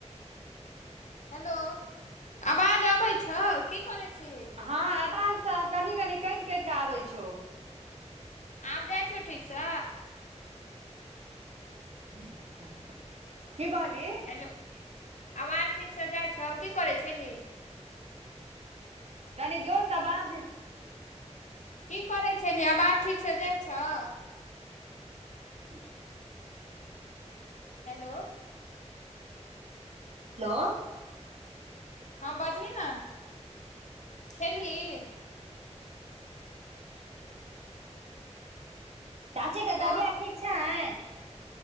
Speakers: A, on the left; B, on the right.
A: हेलो आवाज अबै छौ, की करै छीही?
B: हँ आवाज तऽ कनि कनि कैट कैट कऽ आबै छौ।
A: आब जाय छौ ठीक स?
B: <unintelligible> बात कलेबै, की कहली?
A: हेलो आवाज ठीक सँ जाय छौ, की करै छेलही?
B: कनी जोर स बाज।
A: की करै छैलही, अबाज ठीक स जाय छौ।
B: <unintelligible>
A: हेलो।
B: हेलो।
A: हांँ बाजीह नऽ। खेलही?
B: चाचीके
A: हेलो
B: तबियत ठीक छैन?